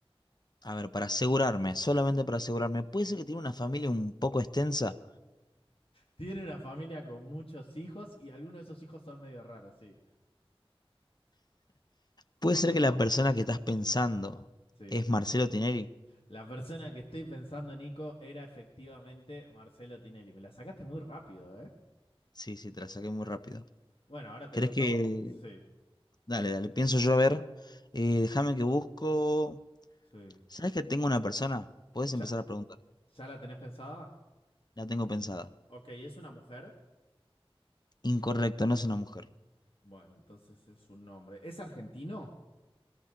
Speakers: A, on the left; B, on the left.
A: A ver, para asegurarme, solamente para asegurarme, puede ser que tiene una familia un poco extensa.
B: Tiene una familia con muchos hijos y algunos de esos hijos son medio raros, sí.
A: Puede ser que la persona que estás pensando
B: Sí.
A: es Marcelo Tinelli.
B: La persona que estoy pensando, Nico, era efectivamente Marcelo Tinelli. Me la sacaste muy rápido, ¿eh?
A: Sí, sí, te la saqué muy rápido.
B: Bueno, ahora te
A: ¿Crees
B: toca
A: que...?
B: a vos. pues. Sí,
A: Dale, dale, pienso yo a ver. Eh, déjame que busco...
B: sí.
A: ¿Sabes que tengo una persona? Puedes
B: ¿Ya,
A: empezar a preguntar.
B: ya la tenés pensada?
A: La tengo pensada.
B: Ok, ¿es una mujer?
A: Incorrecto, no es una mujer.
B: Bueno, entonces es un nombre. ¿Es argentino?